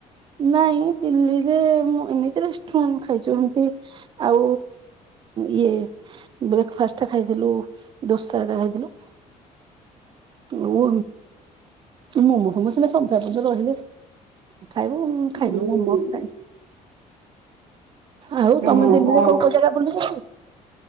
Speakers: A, on the right; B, on the right.
A: ନାଇଁ ଦିଲ୍ଲୀରେ ମୁଁ ଏମିତି ରେଷ୍ଟୁରାଣ୍ଟ ଖାଇଛୁ ଏମତି ଆଉ ଇଏ ବ୍ରେକଫାଷ୍ଟ ଖାଇଥିଲୁ ଦୋସା ଟେ ଖାଇଥିଲୁ। ଉଲୁ ମୋମୋ ଫମୋ ସିନା ସକାଳ ପର୍ଯ୍ୟନ୍ତ ରହିଲେ। ଖାଇବୁ ଖାଇନୁ
B: ହୁଁ
A: ମୋମୋ
B: ହୁଁ
A: ଖାଇ ଆଉ
B: ହଁ
A: ତମେ ଦିଲ୍ଲୀରେ
B: ହଁ
A: କୋଉ କୋଉ ଜାଗା ବୁଲିଛ ସବୁ।